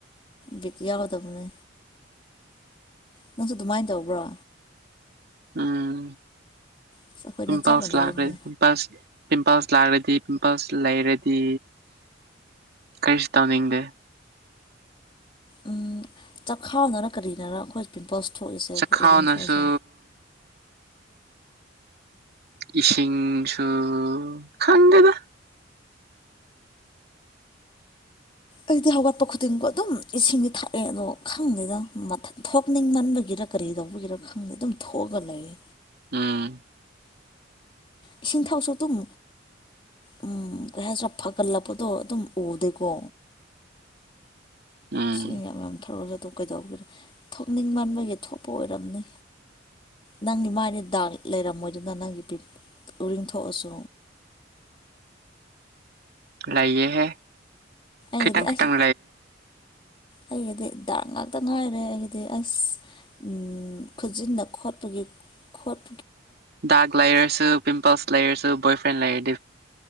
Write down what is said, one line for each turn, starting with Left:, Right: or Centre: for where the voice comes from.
Left: ꯕꯤꯠ ꯌꯥꯎꯗꯕꯅꯦ
Right: <inaudible>
Left: ꯅꯪꯁꯨ ꯗꯨꯃꯥꯏ ꯇꯧꯕ꯭ꯔꯣ
Right: ꯎꯝ
Left: ꯑꯁ ꯑꯩꯈꯣꯏꯅ
Right: ꯄꯤꯝꯄꯜꯁ
Left: ꯆꯞ ꯃꯥꯟꯅꯔꯦꯅꯦ
Right: ꯂꯥꯛꯒ꯭ꯔꯦ ꯄꯤꯝꯄꯜꯁ ꯄꯤꯝꯄꯜꯁ ꯂꯥꯛꯂꯗꯤ ꯄꯤꯝꯄꯜꯁ ꯂꯩꯔꯗꯤ ꯀꯔꯤꯁꯨ ꯇꯧꯅꯤꯡꯗꯦ
Left: ꯎꯝ ꯆꯈꯥꯎꯅꯔꯥ ꯀꯔꯤꯅꯔꯥ ꯑꯈꯣꯏ ꯄꯤꯝꯄꯜꯁ ꯊꯣꯛꯏꯁꯦ ꯑꯩꯈꯣꯏ
Right: ꯆꯈꯥꯎꯅꯁꯨ
Left: ꯎꯔꯤꯡ ꯊꯣꯛꯏꯁꯦ
Right: ꯏꯁꯤꯡꯁꯨ ꯈꯪꯗꯦꯗ
Left: ꯑꯩꯗꯤ ꯍꯧꯒꯠꯄ ꯈꯨꯗꯤꯡꯒꯣ ꯑꯗꯨꯝ ꯏꯁꯤꯡꯗꯤ ꯊꯛꯑꯦ ꯑꯗꯣ ꯈꯪꯗꯦꯗ ꯃꯊꯟ ꯊꯣꯛꯅꯤꯡꯃꯟꯕꯒꯤ ꯀꯔꯤ ꯇꯧꯕꯒꯤꯔ ꯈꯪꯗꯦ ꯑꯗꯨꯝ ꯊꯣꯛꯑꯒ ꯂꯩꯌꯦ
Right: ꯎꯝ
Left: ꯏꯁꯤꯡ ꯊꯥꯎꯁꯨ ꯑꯗꯨꯝ ꯎꯝ ꯀꯩ ꯍꯥꯏꯁꯤꯔꯥ ꯐꯒꯠꯂꯛꯄꯗꯣ ꯑꯗꯨꯝ ꯎꯗꯦꯀꯣ
Right: ꯎꯝ
Left: ꯏꯁꯤꯡ ꯌꯥꯝ ꯌꯥꯝ ꯊꯛꯂꯖꯨ ꯑꯗꯨ ꯀꯩꯗꯧꯕꯩ ꯊꯣꯛꯅꯤꯡꯃꯟꯕꯒꯤ ꯊꯣꯛꯄ ꯑꯣꯏꯔꯝꯅꯤ ꯅꯪꯒꯤ ꯃꯥꯏꯗꯤ ꯗꯥꯛ ꯂꯩꯔꯝꯃꯣꯏꯗꯅ ꯅꯪꯒꯤ ꯄꯤꯝ ꯎꯔꯤꯡ ꯊꯣꯛꯑꯁꯨ
Right: <inaudible> ꯂꯩꯌꯦ ꯍꯦ
Left: ꯑꯩꯒꯤꯗꯤ
Right: ꯈꯤꯇꯪ
Left: ꯑꯩꯁ
Right: ꯈꯤꯇꯪ
Left: ꯑꯩꯒꯤꯗꯤ ꯗꯥꯛ ꯉꯥꯛ ꯇ ꯉꯥꯏꯔꯦ ꯑꯩꯒꯤꯗꯤ ꯑꯩꯁ ꯎꯝ ꯈꯨꯖꯤꯟꯅ ꯈꯣꯠꯄꯒꯤ ꯈꯣꯠ
Right: ꯗꯥꯛ ꯂꯥꯏꯔꯁꯨ ꯄꯤꯝꯄꯜꯁ ꯂꯩꯔꯁꯨ ꯕꯣꯏꯐ꯭ꯔꯦꯟ ꯂꯩꯔꯗꯤ